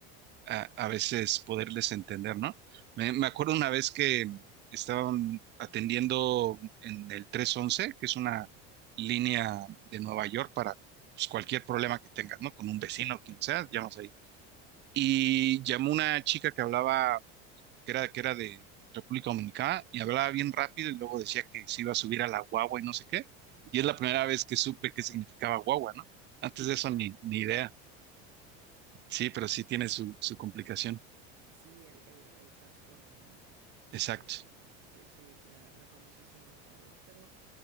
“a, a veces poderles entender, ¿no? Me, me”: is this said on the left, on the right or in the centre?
Right